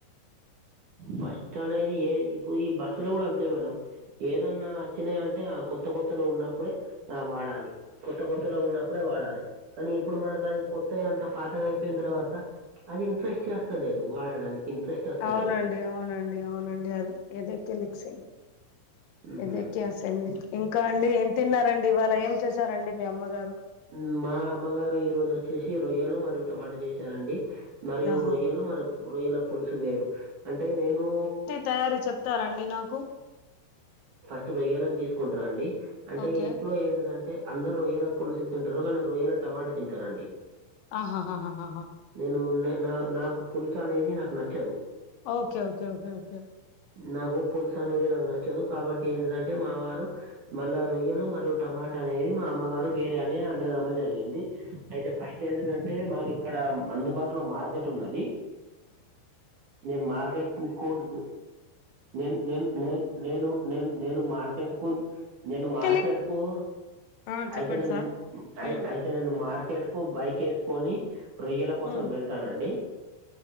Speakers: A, on the right; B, on the left.
A: ఫస్ట్ అనేది ఏ ఇప్పుడు ఈ బస్సులో గూడ్ అంతే మేడం ఏదన్నా అచ్చినాయింటే ఆ కొత్త కొత్తలో ఉన్నప్పుడే ఆ వాడాలి కొత్త కొతులో ఉన్నప్పుడే వాడాలె కానీ ఇప్పుడు మనకవి కొత్తయ్ అంత పాతగయిపోయిన్ తర్వాత అది ఇంప్రెస్ చేస్తలేదు వాడడానికి ఇంట్రెస్ట్ వస్తలేదు
B: అవునండి అవునండి అవునండి అదే ఏదైతే లిక్సే
A: మ్హూ.
B: ఏదే క్య అసెంలీ ఇంకా అండి ఏం తిన్నారండి ఇవాళ ఏం చేశారండి మీ అమ్మగారు
A: ఉమ్మా అమ్మగారు ఈ రోజ్ ఒచ్చేశి రొయ్యలు మరియు టమాటా చేశారండి మరియు
B: ఆహా
A: రొయ్యలు మరం రొయ్యల పులుసు వేరు అంటే నేను
B: తయారీ చెప్తారండి నాకు
A: ఫస్ట్ వెయ్యాలన్ తీసుకుంటరాండి అంటే
B: ఓకే
A: ఇంట్లో ఏంటిదన్ అంటే అందర్ రొయ్యలా పులుసు తింటారు కానీ రొయ్యేలా టమాటా తింటానండి
B: ఆహాహాహహ
A: నేను నె నా నాకు పులుసనేది నాకు నచ్చదు
B: ఓకే ఓకే ఓకే ఓకే
A: నాకు పులుసనేది నాకు నచ్చదు కాబట్టి ఏంటిదంటే మా వారు మళ్ళా రొయ్యలు మరూ టమాటా అనేది మా అమ్మగారు వేరే అని అండడమ్మ జరిగింది అయితే ఫస్ట్ ఏంటి దంటే మాక్ ఇక్కడం అందుబాటులో మార్కెట్ ఉన్నది నేన్ మార్కెట్ క్ కూడ్ నేన్ నేన్ నేన్ నేను నేన్ నేను మార్కెట్ కున్ నేను మార్కెట్
B: లిక్
A: కు
B: ఆ చెప్పండి
A: అయితే నేనుం
B: సార్
A: ఐత్
B: ఉమ్
A: ఐత్ తె నేను మార్కెట్ కు బైకేసుకొని రొయ్యల కోసం
B: ఉమ్
A: వెళ్తానండి